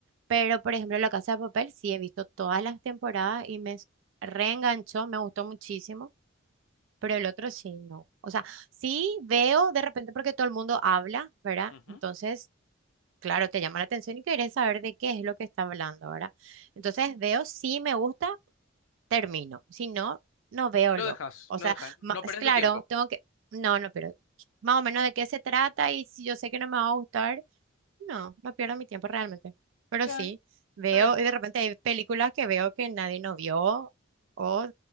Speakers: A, on the right (about 70°); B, on the left (about 75°).
A: Pero, por ejemplo, La Casa de Papel sí he visto todas las temporadas y me s- reenganchó, me gustó muchísimo pero el otro sí, no. O sea, sí veo de repente porque todo el mundo habla, ¿verdad?
B: Ujú, ujú.
A: Entonces, claro, te llama la atención y quieres saber de qué es lo que está hablando, ¿verdad? Entonces veo si me gusta, termino. Si no, no veo
B: Lo
A: lo.
B: dejas,
A: O
B: lo
A: sea,
B: dejas,
A: ma-
B: no perdes
A: es claro,
B: tu tiempo.
A: tengo que, no, no, pero más o menos de qué se trata y si yo sé que no me va a gustar, no, no pierdo mi tiempo realmente. Pero
B: Ya,
A: sí, veo,
B: está bien.
A: y de repente hay películas que veo que nadie no vio, o